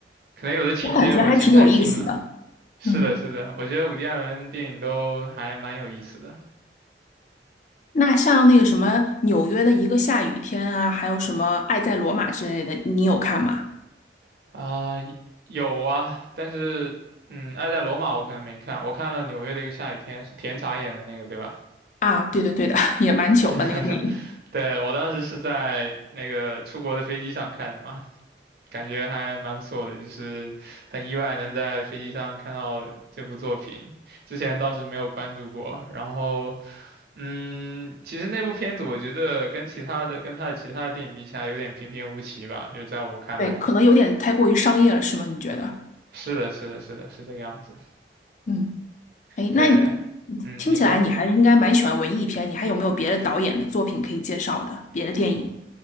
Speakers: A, on the right (about 55°); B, on the left (about 45°).
A: 可能有的情节我记不太清了。
B: 我感觉还挺有意思的。
A: 是的，
B: 嗯，
A: 是的，我觉得伍迪·艾伦电影都还蛮有意思的
B: 那像那个什么纽约的一个下雨天啊，还有什么《爱在罗马》之类的，你有看吗？
A: 啊、有啊，但是，嗯，爱在罗马我可能没看，我看了《纽约的一个下雨天》，是甜茶演的那个，对吧？
B: 啊，对的对的，<laughs> 也蛮久了那个电影，
A: <laughs> 对，我当时是在那个出国的飞机上看的嘛，感觉还蛮不错的，就是很意外能在飞机上看到这部作品，之前倒是没有关注过。然后嗯，其实那部片子我觉得跟其他的跟他的其他的电影比起来，有点平平无奇吧，就在我看来。
B: 对，可能有点太过于商业了，是吗？你觉得？
A: 是的，是的，是的，是这个样子。
B: 嗯。哎，
A: 对，
B: 那你
A: 嗯，
B: 听起来你还应该蛮喜欢文艺片，
A: 你说，
B: 你还有没有别的导演的作品可以介绍的？别的电影